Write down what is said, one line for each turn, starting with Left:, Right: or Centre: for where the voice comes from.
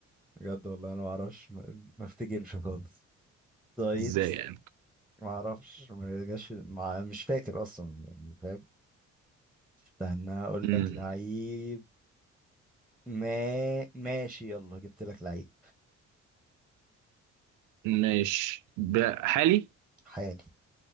Centre: بجد والله انا ما اعرفش ما ما افتكرش خالص طيب
Right: ازاي يعني
Centre: ما اعرفش ما جاش ما مش فاكر اصلا يعني فاهم استنى اقول
Right: امم
Centre: لك لعيب ما ماشي يلا جبت لك لعيب
Right: ماشي ب- حالي
Centre: حالي